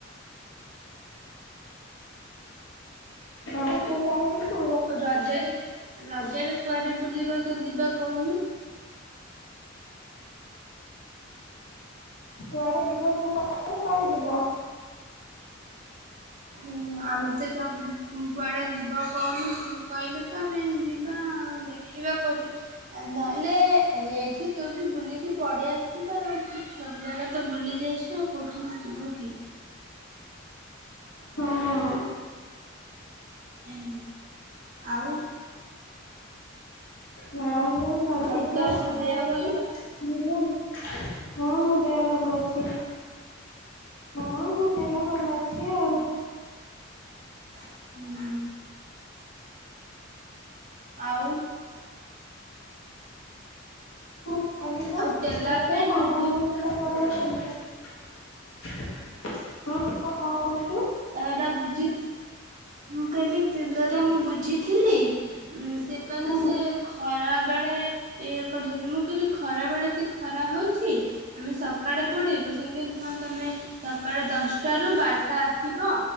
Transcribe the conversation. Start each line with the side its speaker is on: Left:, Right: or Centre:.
Left: ଆଉ
Right: ଦୁଇ
Left: ତୁ କୁଆଡେ ଯିବୁ
Right: ରଜରେ ରଜରେ କୁଆଡେ ବୁଲିବାକୁ ଯିବା କହୁନୁ?
Left: କୁଆଡେ ଯିବା ତୁ କହୁନୁ, କୁଆଡେ ଯିବା?
Right: ଉମ ଆମେ ତ ସବୁ କୁଆଡେ ଯିବା କହୁନୁ ତୁ କହିଲେ ତ ଆମେ ଯିବା ଆଉ ଦେ ଦେଖିବା କୋଉଠି, ଆ ନହେଲେ ଏଇଠି କୋଉଠି ବୁଲିକି ପଳେଇ ଆସିବା ଆଉ ଏତି ସବ ଜାଗା ତ ବୁଲି ଯାଇଛୁ ତୁ କହ ଯିବୁକି?
Left: ହଁ
Right: ହୁଁ, ଆଉ?
Left: ନାଇଁ କି ଭଲ
Right: ଆଉ
Left: ଦେଖିବା
Right: ତୋର
Left: ସାଙ୍ଗ
Right: ଦେହ
Left: ହେଇକି
Right: ଭଲ
Left: ଯିବୁ। ହଁ ମୋ ଦେହ ଭଲ ଅଛି। ହଁ ମୋ ଦେହ ଭଲ ଅଛି ଆଉ।
Right: ହୁଁ ଆଉ
Left: ଆମେ
Right: ଆଉ
Left: ଯିବୁ
Right: ଟେଲର ପାଇଁ
Left: ସାଙ୍ଗ
Right: ମୁଁ
Left: ମାନଙ୍କ ସହିତ <unintelligible> ହଁ କ କଣ କହିଥିଲେ?
Right: ତ ଏଟା ବୁଝି ଥି ମୁଁ କହିଲି <inaudible> ଟା ମୁଁ ବୁଝିଥିଲି ଉଁ ସେ କହିଲେ
Left: ହୁଁ
Right: ସେ ଖ ଖରା ବେଳେ ଇଏ କରିଲେନି, ମୁଁ କହିଲି ଖରା ବେଳେ ଏତେ ଖରା ହଉଛି। ଆମେ ସକାଳେ ପଳେଇବୁ ସେ କହିଲେ ହଁ ତମେ ସକାଳ ଦଶଟା ରୁ ବାରଟା ଆସିବ